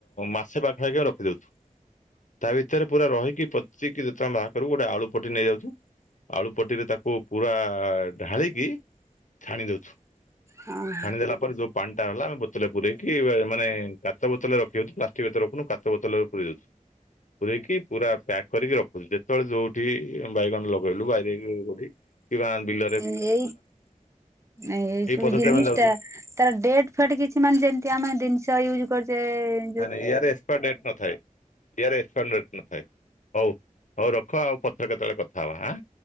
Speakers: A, on the left; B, on the right.
A: ମାସେ ପାଖା ପାଖିଆ ରଖିଦଉଥୁ ତା ଭିତରେ ପୁରା ରହିକି ପଚିକି ଯେତେବେଳେ ବାହାରକରୁ ଗୋଟେ ଆଳୁ ପଟି ନେଇଯାଉଛୁ। ଆଳୁ ପଟିରେ ତାକୁ ପୁରା ଢାଳିକି ଛାଣି ଦଉଛୁ।
B: ହଁ
A: ଛାଣି ଦେଲା ପରେ ଜୋ ପାଣିଟା ହେଲା ବତଲରେ ପୁରଇକି ମାନେ କାଚ ବୋତଲରେ ରଖିଦଉଚୁ ପ୍ଲାଷ୍ଟିକ୍ ଭିତରେ ରଖୁନୁ କାଚ ବତଲରେ ପୁରେଇ ଦଉଚୁ। ପୁରଇକି ପୁରା ପ୍ୟାକ୍ କରିକି ରଖୁଛୁ ଯେତେବେଳେ ଯୋଉଠି ବାଇଗଣ ଲଗେଇଲୁ ବାରିରେ କି ଗୋଠି। କିି ବାଇଅନ୍ ବିଲ
B: ଏଇ ଏଇ ଶୋଇ
A: ପଦ୍ଧତି
B: ଜିନିଷ
A: ଆମେ ଯାଉଛୁ।
B: ଟା ତାର ଡେଟ ଟେ କିଛି ମାନେ ଯେମିତି ଆମେ ଜିନିଷ ୟୁଜ୍ କରୁଚେ।
A: ନ ନାଇ ୟାର ଏକ୍ସପାୟର ଡେଟ ନଥାଏ। ୟାର ଏକ୍ସପାର ଡେଟ୍ ନଥାଏ ହଉ ହଉ ରଖ ଆଉ ପଥରେ କେତେବେଳେ କଥା ହେବା ହାଁ।